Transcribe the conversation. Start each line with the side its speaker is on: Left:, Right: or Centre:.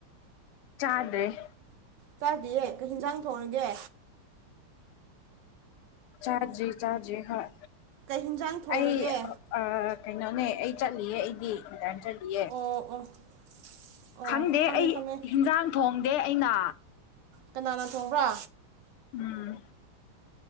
Left: ꯆꯥꯗ꯭ꯔꯤ
Right: ꯆꯥꯗꯤꯌꯦ ꯀꯩ ꯍꯤꯟꯖꯥꯡ ꯊꯣꯡꯉꯥꯒꯦ
Left: ꯆꯥꯗꯔꯤ ꯆꯥꯗꯔꯤ ꯍꯣꯏ
Right: ꯀꯩ ꯍꯤꯟꯖꯥꯡ ꯊꯣꯡꯔꯒꯦ
Left: ꯑꯩ ꯑꯥ ꯀꯩꯅꯣꯅꯦ ꯑꯩ ꯆꯠꯂꯤꯌꯦ ꯑꯩꯗꯤ ꯏꯟꯇꯔꯟ ꯆꯠꯂꯤꯌꯦ
Right: ꯑꯣ ꯑꯣ ꯑꯣ
Left: ꯈꯪꯗꯦ
Right: ꯈꯪꯉꯦ
Left: ꯑꯩ
Right: ꯈꯪꯉꯦ
Left: ꯍꯤꯟꯖꯥꯡ ꯊꯣꯡꯗꯦ ꯑꯩꯅ
Right: ꯀꯅꯥꯅ ꯊꯣꯡꯕ꯭ꯔꯥ
Left: ꯎꯝ